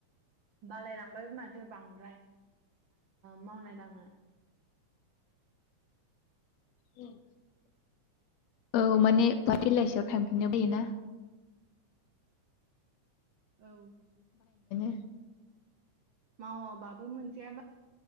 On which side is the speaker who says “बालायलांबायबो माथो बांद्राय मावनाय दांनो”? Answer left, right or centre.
Right